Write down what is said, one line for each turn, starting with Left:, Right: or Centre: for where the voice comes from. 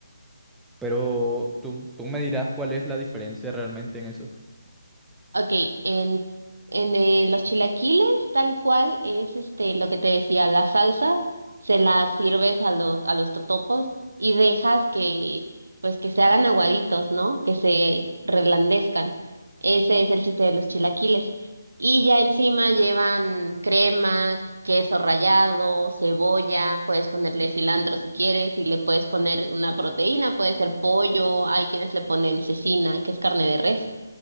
Centre: pero tú, tú me dirás cuál es la diferencia realmente en eso.
Right: Ok, en, en eh, los chilaquiles, tal cual es este lo que te decía, la salsa se la sirves a los a los totopos y dejas que pues que se hagan aguaditos, ¿no? Que se reblandezcan. Ese es el chiste de los chilaquiles. Y ya encima llevan crema, queso rallado, cebolla, puedes ponerle cilantro si quieres y le puedes poner una proteína, puede ser pollo, hay quienes le ponen cecina, que es carne de res.